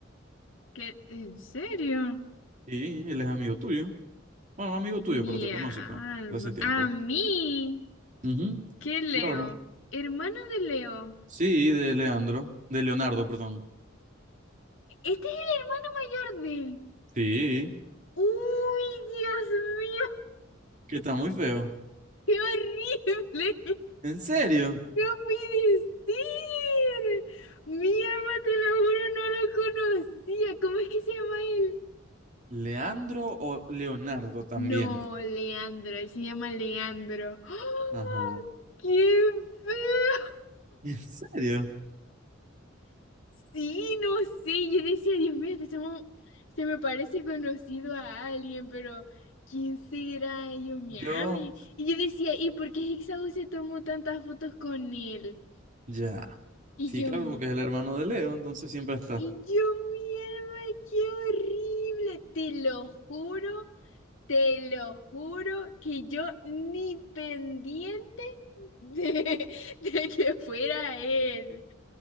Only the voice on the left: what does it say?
¿Qué? ¿En serio?
Mi
alma.
A mí.
¿Qué Leo?
Hermano de Leo.
Este es el hermano mayor de él.
Uy, Dios mío,
<laughs> qué horrible.
No puede ser. Mi alma, te lo juro, no lo conocía. ¿Cómo es que se llama él?
No, Leandro, él se llama Leandro. ¡Ah!
¡Qué feo!
Sí, no sé, yo decía, Dios mío, este chamo se me parece conocido a alguien, pero ¿quién será? Y Yo me
ame. Y yo decía, ¿y por qué Hexau se tomó tantas fotos con él?
Y
yo,
mi,
y yo, mi alma, qué horrible, te lo juro Te lo juro que yo ni pendiente de, <laughs> de que fuera él.